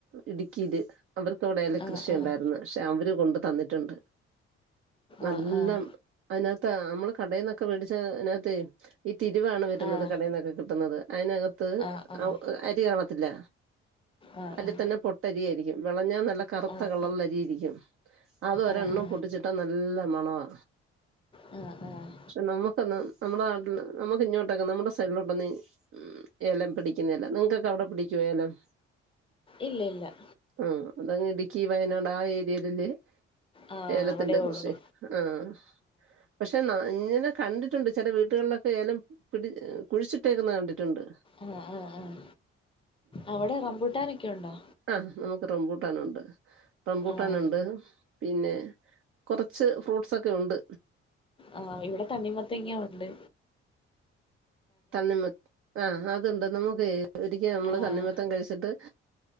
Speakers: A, on the right; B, on the left.
A: ഇടുക്കിയില് അവർക്ക് അവിടെ
B: ആഹ്
A: കൃഷി
B: ആഹ്
A: ഉണ്ടായിരുന്നു പക്ഷെ അവര കൊണ്ട് തന്നിട്ടുണ്ട് നല്ല
B: ആഹ്
A: അതിനകത്ത് നമ്മള് കടയിൽന്നൊക്കെ മേടിച്ച അതിനകത്തേ ഈ തിരുവാണ് വരുന്നത്
B: ആഹ്
A: കടയിൽ നിന്നൊക്കെ കിട്ടുന്നത് അതിനേ അക ത്ത്
B: ആഹ് ആഹ്
A: അരി കാണത്തില്ല
B: ആഹ് ആഹ്
A: അതിൽ തന്നെ പൊട്ടരിയായിരിക്കും വിളഞ്ഞാൽ നല്ല കറുത്ത
B: ആഹ് ആഹ്
A: കളറിലെ അരിയിരിക്കും അത് ഒരെണ്ണം
B: ആഹ് ആഹ്
A: പൊട്ടിച്ച് ട്ടാ നല്ല മണവാ
B: ആഹ് ആഹ്
A: പക്ഷെ നമ്മുക്കന്ന് നമ്മുടെ നാട്ടിൽ നമുക്ക് ഇങ്ങോട്ടൊക്കെ നമ്മുടെ സൈഡിലോട്ടൊന്ന് ഉം ഏലം പിടി പിടിക്കുന്നില്ല നിങ്ങക്ക്ക്കെ അവിടെ പിടിക്കോ ഏലം
B: ഇല്ല ഇല്ല
A: ആഹ് അതങ്ങ് ഇടുക്കി വയനാട് ആഹ് ഏരിയലില്
B: ആഹ്
A: ഏലത്തിന്റെ
B: അവിടെ
A: കൃഷി
B: ഉള്ളു
A: ആഹ് പക്ഷെ നങ്ങനെ കണ്ടിട്ടുണ്ട് ചില വീട്ടുകളിലൊക്കെ ഏലം പിടി കുഴിച്ചിട്ടേക്കുന്ന കണ്ടിട്ടുണ്ട്
B: ആഹ് ആഹ് ആഹ് അവിടെ റംമ്പൂട്ടാനൊക്കെ ഉണ്ടോ
A: ആഹ് നമുക്ക് റംബൂട്ടാനുണ്ട് റംമ്പൂട്ടാനുണ്ട്
B: ആഹ്
A: പിന്നെ കൊറച്ച് ഫ്രൂട്ട്സ്ക്കെണ്ട്
B: ആഹ് ഇവിടെ തണ്ണിമത്തങ്ങണ്ട്
A: തണ്ണിമ ആഹ് അതുണ്ട് നമുക്ക് ഒരിക്കും നമ്മള്
B: ആഹ്
A: തണ്ണിമത്തൻ കഴിച്ചിട്ട്